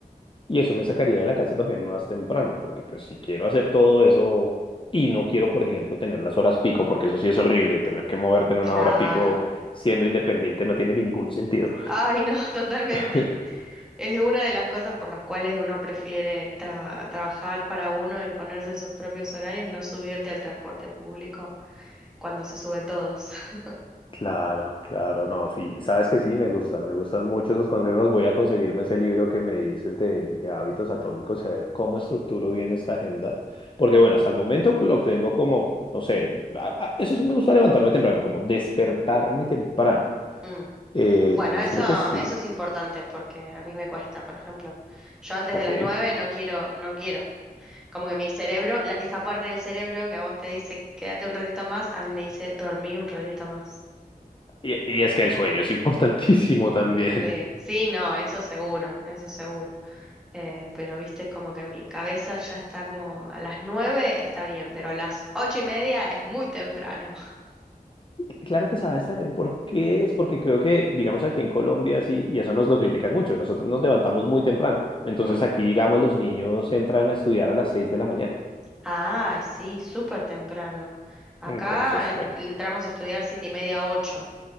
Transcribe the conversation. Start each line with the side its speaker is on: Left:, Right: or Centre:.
Left: Y eso me sacaría de la casa también más temprano, porque pues si quiero hacer todo eso y no quiero, por ejemplo, tener las horas pico, porque eso sí es horrible, tener que moverte en una
Centre: Claro.
Left: hora pico siendo independiente no tiene ningún sentido.
Centre: Ay, no, <laughs> totalmente.
Left: <laughs>
Centre: Es una de las cosas por las cuales uno prefiere tra- trabajar para uno y ponerse sus propios horarios, no subirte al transporte público. cuando se suben todos. <laughs>
Left: Claro, claro, no, sí, sabes que sí, me gusta, me gustan mucho esos consejos. Voy a conseguirme ese libro que me dices de, de hábitos atómicos y a ver cómo estructuro bien esta agenda. Porque bueno, hasta el momento lo tengo como, no sé, a- a- eso sí me gusta levantarme temprano, como despertarme temprano.
Centre: Mm.
Left: Eh,
Centre: Bueno,
Left: entonces
Centre: eso,
Left: creo que sí.
Centre: eso es importante porque a mí me cuesta, por ejemplo. Yo antes
Left: Ok.
Centre: de las nueve no quiero, no quiero. Como que mi cerebro, la- esa parte del cerebro que a vos te dice quédate un ratito más, a mí me dice dormí un ratito más.
Left: Y, y es que el sueño es importantísimo también.
Centre: Sí, sí, no, eso seguro, eso seguro. Eh, pero viste, es como que mi cabeza ya está como a las nueve está bien, pero a las ocho y media es muy temprano.
Left: Claro que sabes también por qué es, porque creo que, digamos, aquí en Colombia, sí, y eso nos lo critican mucho, nosotros nos levantamos muy temprano. Entonces
Centre: <laughs>
Left: aquí, digamos, los niños entran a estudiar a las 6 de la mañana.
Centre: Ah, sí, súper temprano. Acá
Left: Entonces,
Centre: en-
Left: bueno,
Centre: entramos a estudiar siete y media, ocho.